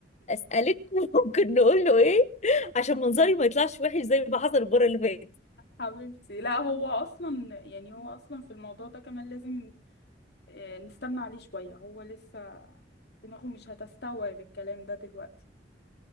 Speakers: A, on the left; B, on the left.
A: اسالك <laughs> وممكن نقول له ايه عشان منظري ما يطلعش وحش زي ما حصل المره اللي فاتت
B: حبيبتي لا هو اصلا يعني هو اصلا في الموضوع ده كمان لازم آه، نستنى عليه شوية هو لسه دماغه مش هتستوعب الكلام ده دلوقتي